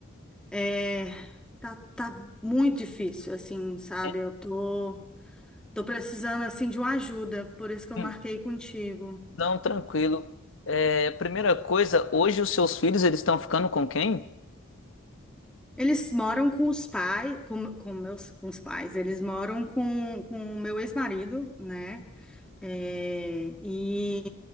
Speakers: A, in the centre; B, on the left.
A: é, tá, tá muito difícil assim, sabe?
B: É.
A: Eu tô tô precisando assim de uma ajuda, por isso que eu
B: Hum.
A: marquei contigo.
B: Não, tranquilo. É, primeira coisa, hoje os seus filhos eles estão ficando com quem?
A: Eles moram com os pais, com, com meus com os pais, eles moram com com o meu ex-marido, né? É, e